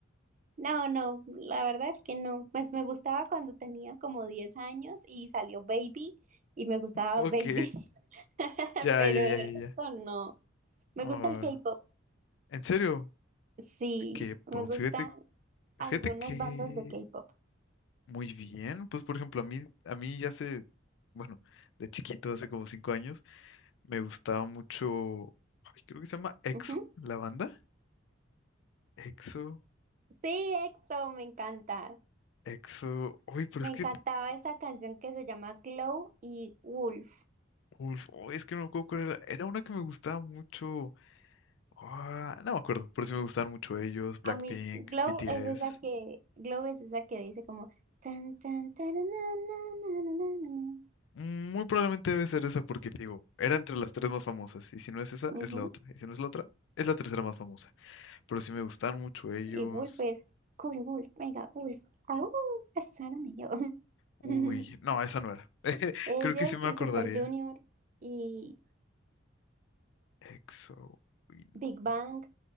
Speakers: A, on the right; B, on the left.
A: No, no, la verdad es que no. Pues me gustaba cuando tenía como 10 años y salió Baby y me gustaba
B: Ok,
A: Baby, <laughs>
B: ya,
A: pero
B: ya,
A: de
B: ya, ya,
A: resto
B: ya.
A: no. Me
B: Ah,
A: gusta el K-pop,
B: ¿en serio?
A: sí,
B: K-pop,
A: me gustan
B: fíjate,
A: algunas
B: fíjate que
A: bandas de K-pop.
B: Muy bien, pues por ejemplo, a mí, a mí ya hace, bueno, de chiquito, hace como cinco años, me gustaba mucho, ay, creo que se llama EXO,
A: Ujú.
B: la banda. EXO,
A: Sí, EXO, me encanta.
B: EXO, uy, pero
A: Me
B: es que,
A: encantaba esa canción que se llama Glow y Wolf.
B: uf, uy, es que no me acuerdo cuál era, era una que me gustaba mucho, ah, no me acuerdo, pero sí me gustaban mucho ellos, Blackpink,
A: A mí, Glow
B: BTS.
A: es esa que, Glow es esa que dice como tan tan tan na, na, na, na, na,
B: Mm, Muy probablemente debe ser esa porque, te digo, era entre las tres más famosas, y si no es esa,
A: na,
B: es
A: na.
B: la otra, y si no es la otra, es la tercera más famosa, pero sí me gustaban mucho ellos.
A: Y Wolf es, cubre Wolf, venga, Wolf, aú, casaron y yo.
B: Uy,
A: <laughs>
B: no, esa no era. <laughs>
A: Ellos
B: Creo que sí me
A: y
B: acordaría.
A: Super Junior y
B: EXO. Uy, no,
A: Big Bang
B: no.